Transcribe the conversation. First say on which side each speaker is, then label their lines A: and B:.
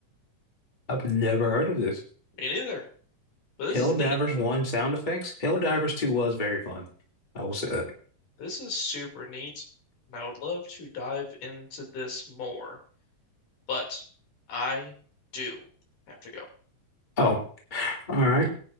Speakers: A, on the left; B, on the left.
A: I've never heard of this.
B: Me neither, but this
A: Helldivers
B: is neat.
A: 1 sound effects. Helldivers 2 was very fun. I will say that.
B: This is super neat, and I would love to dive into this more, but I do have to go.
A: Oh, all right.